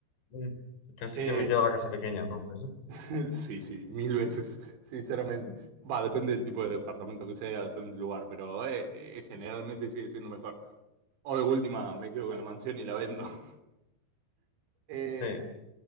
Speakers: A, on the left; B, on the right.
A: Mm. Casi
B: Eh,
A: que me quedo la casa pequeña, entonces.
B: <laughs> Sí, sí, mil veces, sinceramente. Va, depende del tipo de departamento que sea, depende del lugar, pero eh, eh, generalmente sigue siendo mejor. O de última, me quedo con la mansión y la vendo. <laughs> Eh,
A: ¿eh? Sí,